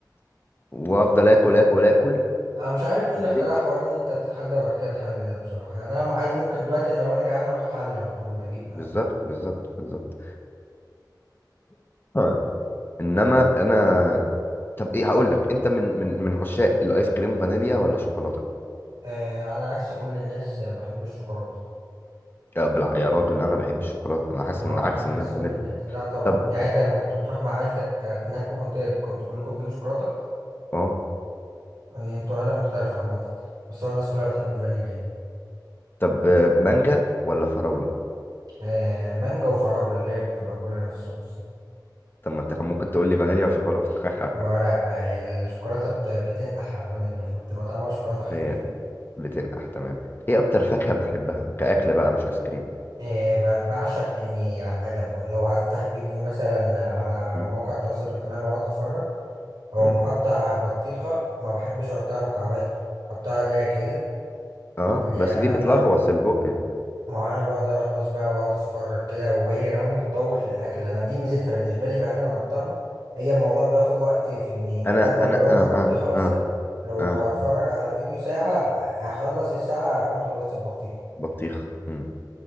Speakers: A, on the left (about 30°); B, on the right (about 75°).
A: وافضل اكل اكل اكل
B: انا مش عارف مين
A: وما
B: اللي اخترع
A: سيبش
B: حوار ان انت تتحدى بعد كده تحلي ده بصراحه يعني انا عادي ممكن دلوقتي أنا لو انا جعان اروح احلي على طول اجيب اكل
A: بالظبط بالظبط بالظبط آه. انما انا طب ايه هقول لك انت من من من عشاق الايس كريم فانيليا ولا شوكولاته
B: آه على عكس كل الناس آه، بحب الشوكولاته
A: يا, بلع... يا راجل انا بحب الشوكولاته انا حاسس
B: ما
A: ان
B: هو
A: عكس
B: احنا عكس
A: الناس
B: كل
A: فانيليا
B: الناس لا طبعا
A: طب
B: يعني انت لما كنت بتروح مع عيلتك آه، تنقوا كنت كنت كلكم بتجيبوا شوكولاته
A: اه
B: آه، انتوا عيله مختلفه عامه بس هو الناس كلها بتحب الفانيليا يعني
A: طب آه، مانجا ولا فراوله
B: آه مانجا وفراوله اللي هي بتبقى بولا نص نص
A: طب ما انت كان ممكن تقول لي فانيليا وشوكولاته <laughs>
B: ما هو لا آه، الشوكولاته بت- بتنقح على الفانيليا فبتبقى طعمها شوكولاته خفيف
A: هي بتنقح تمام ايه اكتر فاكهة بتحبها كأكل بقى مش ايس كريم
B: إيه، ب- بعشق اني اقلب لو هفتح فيديو مثلا على
A: مم.
B: مواقع التواصل الاجتماعي واقعد اتفرج او
A: مم.
B: مقطع بطيخه ما بحبش اقطعها مكعبات اقطعها اللي هي كده
A: اه
B: اللي هي
A: بس دي بتلغوص
B: أ-
A: البق دي
B: ما هو انا بقدر اغوص بقى واقعد اتفرج كده وهي كمان بتطول في الاكل انا دي ميزتها بالنسبه لي بعيدا عن الطعم هي الموضوع بياخد وقت في اني
A: انا
B: اكل
A: انا
B: ربع
A: اه
B: بطيخه
A: اه
B: مثلا
A: اه
B: لو
A: اه
B: هتفرج على فيديو ساعه هخلص الساعه هكون خلصت البطيخ
A: بطيخ مم.